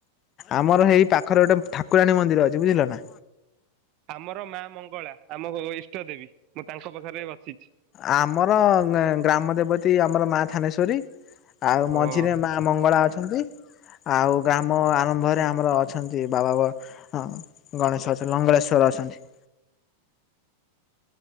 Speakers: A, on the left; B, on the right.
A: ଆମର ଏଇ ପାଖରେ ଗୋଟେ ଠାକୁରାଣୀ ମନ୍ଦିର ଅଛି ବୁଝିଲ ନା
B: ଆମର ମା ମଙ୍ଗଳା ଆ ଆମ ଇଷ୍ଟ ଦେବୀ ମୁଁ ତାଙ୍କ ପାଖରେ ବସିଛି।
A: ଆମର ଗ୍ରାମ ଦେବତୀ ଆମର ମା ଥାନେଶ୍ଵରୀ। ଆଉ
B: ହଁ।
A: ମଝିରେ ମା ମଙ୍ଗଳା ଅଛନ୍ତି। ଆଉ ଗ୍ରାମ ଆରମ୍ଭରେ ଆମର ଅଛନ୍ତି ବାବା ଅଁ ଗଣେଶ ଅଛନ୍ତି। ଲଙ୍ଗଳେଶ୍ଵର ଅଛନ୍ତି ।